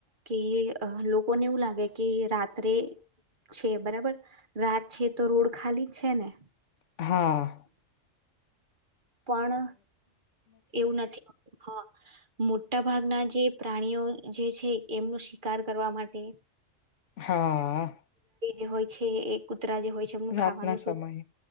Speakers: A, on the right; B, on the left.
A: કે એ લોકોને એવું લાગે કે રાત્રે છે બરાબર રાત છે તો રોડ ખાલી જ છે ને.
B: હા.
A: પણ એવું નથી <inaudible> હા. મોટા ભાગના જે પ્રાણીઓ જે છે એમનો શિકાર કરવા માટે
B: હા.
A: એ હોય છે એ કુ ત્રા જે હોય છે એમનું
B: રાતના
A: ખાવાનું શોધ
B: સમયે